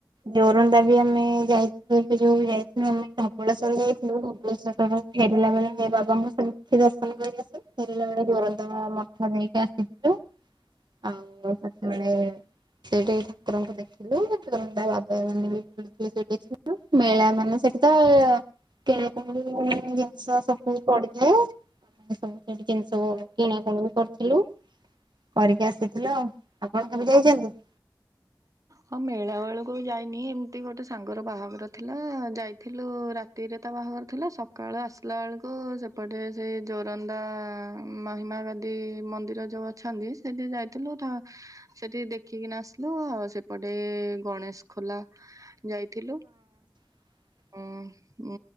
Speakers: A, on the right; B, on the right.
A: ଜୋରନ୍ଦା ବି ଆମେ ଯାଇ <unintelligible> ଏବେ ଯୋଉ ଯାଇଥିଲୁ ଆମେ ଧବଳେଶ୍ୱର ଯାଇଥିଲୁ ଧବଳେଶ୍ୱରର ଫେରିଲା ବେଳେ ବାବାଙ୍କୁ <unintelligible> ଦର୍ଶନ କରିକି ଆସୁ। ଫେରିଲା ବେଳେ ଜୋରନ୍ଦା ମଠ ନେଇକି ଆସିଥିଲୁ। ଆଉ ସେତେବେଳେ ସେଇଠି ଠାକୁରଙ୍କୁ ଦେଖ ଥିଲୁ ଯୋରନ୍ଦା ବାବାମାନେ ବି <unintelligible> ସେଠି ଥିଲୁ ମେଳା ମାନେ ସେଠି ତ କେଣ <unintelligible> ଜିନିଷ ସବୁ ପଡ଼ି ଥାଏ। <unintelligible> ସବୁସେଠୁ ଜିନିଷ କିଣାକୁଣି ବି କରିଥିଲୁ। କରିକି ଆସିଥିଲ ଆପଣ କେବେ ଯାଇଛନ୍ତି?
B: ହଁ ମେଳା ବେଳକୁ ବି ଯାଇନି ଏମତି ଗୋଟେ ସାଙ୍ଗର ବାହାଘର ଥିଲା ଯାଇଥିଲୁ ରା ରାତିରେ ତା ବାହାଘର ଥିଲା ସକାଳ ଆସିଲାଆଳକୁ ସେପଟେ ସେଇ ଜୋରନ୍ଦା ମହିମା ଗା ଗାଦି ମନ୍ଦିର ଯୋଉ ଅଛନ୍ତି ସେଠି ଯାଇଥିଲୁ ଥ ସେଠି ଦେଖିକିନା ଆସିଲୁ ଆଉ ସେ ପଟେ ଗଣେଶ ଖୋଲା ଯାଇଥିଲୁ।
A: ହ
B: ହୁଁ। ଉଁ